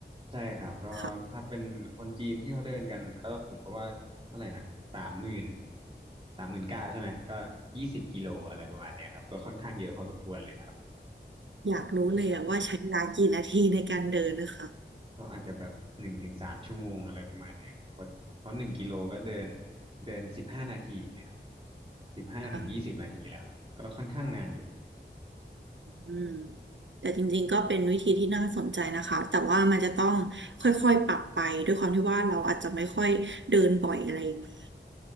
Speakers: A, on the right (about 30°); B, on the right (about 80°).
A: ใช่ครับก็ถ้าเป็นคนจีนที่เขาเดินกันก็ผมก็ว่าเท่าไหร่นะสามหมื่น
B: ค่ะ
A: สามหมื่นเก้าใช่ไหมก็ยี่สิบกิโลอะไรประมาณเนี้ยครับก็ค่อนข้างเยอะพอสมควรเลยครับ
B: อยากรู้เลยอะว่าใช้เวลากี่นาทีในการเดินนะคะ
A: โอเค ก็อาจจะแบบหนึ่งถึงสามชั่วโมงอะไรประมาณเนี้ยครับเพราะเพราะหนึ่งกิโลก็เดินเดินสิบห้านาทีไงครับสิบห้าถึงยี่สิบนาทีแล้วก็ค่อนข้างนานอยู่
B: ค่ะอืมแต่จริงๆก็เป็นวิธีที่น่าสนใจนะคะแต่ว่ามันจะต้องค่อยๆปรับไปด้วยความที่ว่าเราอาจจะไม่ค่อยเดินบ่อยอะไรอย่างนี้